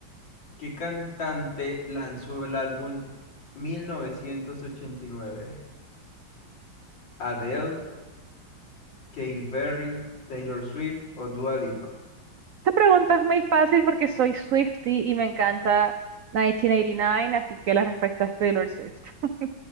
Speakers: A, on the left; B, on the right.
A: ¿Qué cantante lanzó el álbum 1989? ¿Adele, Katy Perry, Taylor Swift o Dua Lipa?
B: Esta pregunta es muy fácil porque soy Swiftie y me encanta 1989, así que la respuesta es Taylor Swift. <laughs>